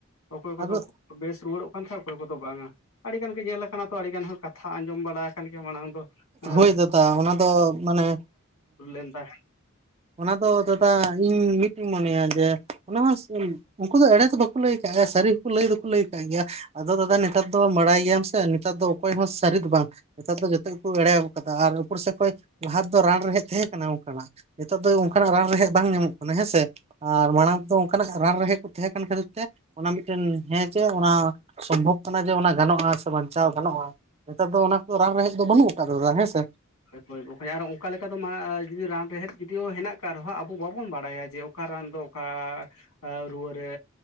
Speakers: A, on the left; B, on the right.
A: ᱚᱠᱚᱭ ᱠᱚᱫᱚ
B: ᱟᱫᱚ
A: ᱵᱮᱥ ᱨᱩᱣᱟᱹᱲᱚᱜ ᱠᱟᱱ ᱛᱟᱦᱮᱸᱫ ᱚᱠᱚᱭ ᱠᱚᱫᱚ ᱵᱟᱝᱟ ᱟᱹᱰᱤ ᱜᱟᱱ ᱜᱮ ᱧᱮᱞ ᱟᱠᱟᱱᱟ ᱛᱚ ᱟᱹᱰᱤ ᱜᱟᱱ ᱦᱚᱲ ᱠᱟᱛᱷᱟ ᱟᱸᱡᱚᱢ ᱵᱟᱲᱟ ᱟᱠᱟᱱ ᱜᱮᱭᱟ ᱢᱟᱲᱟᱝ ᱫᱚ ᱦᱮᱸ
B: ᱦᱳᱭ ᱫᱟᱫᱟ ᱚᱱᱟ ᱫᱚ ᱢᱟᱱᱮ
A: <unintelligible>
B: ᱚᱱᱟ ᱫᱚ ᱫᱟᱫᱟ ᱤᱧ ᱢᱤᱫᱴᱤᱧ ᱢᱚᱱᱮᱭᱟ ᱡᱮ ᱚᱱᱟ ᱦᱚᱸ ᱩᱱᱠᱩ ᱫᱚ ᱮᱲᱮ ᱫᱚ ᱵᱟᱠᱚ ᱞᱟᱹᱭ ᱟᱠᱟᱫ ᱜᱮᱭᱟ ᱥᱟᱹᱨᱤ ᱦᱚᱸᱠᱚ ᱞᱟᱹᱭ ᱫᱚᱠᱚ ᱞᱟᱹᱭ ᱟᱠᱟᱫ ᱜᱮᱭᱟ ᱟᱫᱚ ᱫᱟᱫᱟ ᱱᱮᱛᱟᱨ ᱫᱚ ᱵᱟᱲᱟᱭ ᱜᱮᱭᱟᱢ ᱥᱮ ᱱᱮᱛᱟᱨ ᱫᱚ ᱚᱠᱚᱭ ᱦᱚᱸ ᱥᱟᱹᱨᱤ ᱫᱚ ᱵᱟᱝ ᱱᱮᱛᱟᱨ ᱫᱚ ᱡᱚᱛᱚ ᱮᱲᱮ ᱟᱠᱟᱫᱟ ᱟᱨ ᱩᱯᱚᱨᱥᱮᱫ ᱠᱷᱚᱱ ᱞᱟᱦᱟ ᱫᱚ ᱨᱟᱱ ᱨᱮᱦᱮᱡ ᱛᱟᱦᱮᱸ ᱠᱟᱱᱟ ᱚᱱᱠᱟᱱᱟᱜ ᱱᱤᱛᱚᱜ ᱫᱚ ᱚᱱᱠᱟᱱᱟᱜ ᱨᱟᱱ ᱨᱮᱦᱮᱫ ᱵᱟᱝ ᱧᱟᱢᱚᱜ ᱠᱟᱱᱟ ᱦᱮᱸᱥᱮ ᱟᱨ ᱢᱟᱲᱟᱝ ᱫᱚ ᱚᱱᱠᱟᱱᱟᱜ ᱨᱟᱱ ᱨᱮᱦᱮᱫ ᱠᱚ ᱛᱟᱦᱮᱸ ᱠᱟᱱ ᱠᱷᱟᱹᱛᱤᱨ ᱚᱱᱟ ᱢᱤᱫᱴᱮᱱ ᱦᱮᱸ ᱡᱮ ᱚᱱᱟ ᱥᱚᱢᱵᱷᱚᱵ ᱠᱟᱱᱟ ᱡᱮ ᱜᱟᱱᱚᱜᱼᱟ ᱥᱮ ᱵᱟᱧᱪᱟᱣ ᱜᱟᱱᱚᱜᱼᱟ ᱱᱮᱛᱟᱨ ᱫᱚ ᱚᱱᱟ ᱠᱚᱫᱚ ᱨᱟᱱ ᱨᱮᱦᱮᱫ ᱫᱚ ᱵᱟᱹᱱᱩᱜ ᱟᱠᱟᱫ ᱫᱟᱫᱟ ᱦᱮᱸ ᱥᱮ
A: ᱦᱳᱭᱳᱭ ᱵᱚᱠᱚᱧ ᱟᱨ ᱚᱱᱠᱟ ᱞᱮᱠᱟ ᱫᱚ ᱡᱩᱫᱤ ᱨᱟᱱ ᱨᱮᱦᱮᱫ ᱡᱩᱫᱤ ᱦᱮᱱᱟᱜ ᱟᱠᱟᱫ ᱨᱮᱦᱚᱸ ᱟᱵᱚ ᱵᱟᱵᱚᱱ ᱵᱟᱲᱟᱭᱟ ᱡᱮ ᱚᱠᱟ ᱨᱟᱱ ᱫᱚ ᱚᱠᱟ ᱨᱩᱣᱟᱹᱨ ᱨᱮ